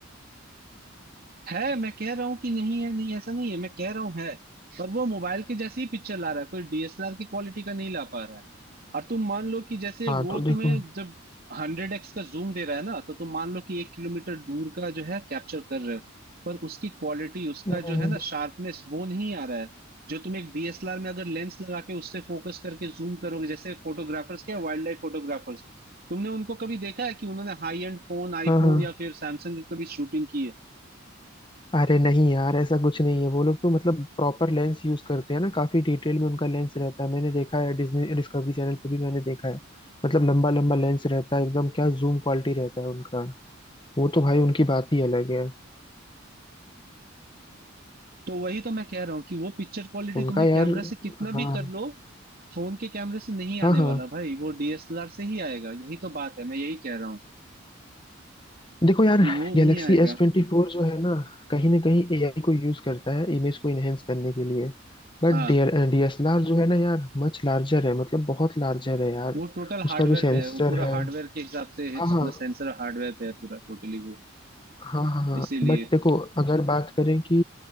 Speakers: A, on the right (about 50°); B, on the left (about 25°).
A: है मैं कह रहा हूँ कि नहीं है नहीं ऐसा नहीं है मैं कह रहा हूँ है पर वो मोबाइल के जैसी ही पिक्चर ला रहा है कोई डीएसएलआर की क्वालिटी का नहीं ला पा रहा है और तुम मान लो कि जैसे
B: हाँ
A: वो
B: तो
A: तुम्हें
B: देखो
A: जब हंड्रेड एक्स का जूम दे रहा है ना तो तुम मान लो कि एक किलोमीटर दूर का जो है कैप्चर कर रहे हो पर उसकी क्वालिटी उसका
B: नहीं,
A: जो है
B: नहीं, नहीं।
A: ना शार्पनेस वो नहीं आ रहा है जो तुम एक डीएसएलआर में अगर लेंस लगा के उससे फोकस करके जूम करोगे जैसे फोटोग्राफर्स क्या वाइल्ड लाइफ फोटोग्राफर्स तुमने उनको कभी देखा है कि उन्होंने हाई एंड फोन आईफोन
B: हाँ हाँ
A: या फिर सैमसंग की कभी शूटिंग की है
B: अरे नहीं यार ऐसा कुछ नहीं है वो लोग तो मतलब प्रॉपर लेंस यूज करते हैं ना काफी डिटेल में उनका लेंस रहता है मैंने देखा है डिज्नी डिस्कवरी चैनल पे भी मैंने देखा है मतलब लंबा लंबा लेंस रहता है एकदम क्या जूम क्वालिटी रहता है उनका वो तो भाई उनकी बात ही अलग है
A: तो वही तो मैं कह रहा हूँ कि वो पिक्चर क्वालिटी
B: उनका
A: तुम्हें
B: यार
A: कैमरा से कितना
B: हाँ
A: भी कर लो फोन के कैमरे से नहीं आने
B: हाँ हाँ
A: वाला भाई वो डीएसएलआर से ही आएगा यही तो बात है मैं यही कह रहा हूँ
B: देखो यार
A: कि वो नहीं
B: गैलेक्सी
A: आएगा
B: एस ट्वेंटी फोर जो है ना कहीं ना कहीं एआई को यूज करता है इमेज को इनहेंस करने के लिए बट
A: हाँ
B: डीएसएलआर जो है ना यार मच लार्जर है मतलब बहुत लार्जर है यार
A: वो टोटल
B: उसका
A: हार्डवेयर
B: जो सेंसर
A: पे है वो पूरा
B: है
A: हार्डवेयर के हिसाब से है,
B: हाँ हाँ
A: अपना सेंसर हार्डवेयर पे है पूरा टोटली वो
B: हाँ हाँ हाँ
A: इसीलिए
B: बट देखो अगर बात करें कि